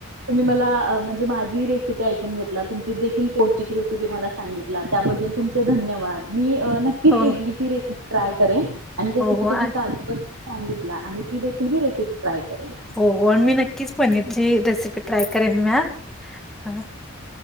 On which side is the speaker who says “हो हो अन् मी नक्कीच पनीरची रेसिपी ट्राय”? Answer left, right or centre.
Centre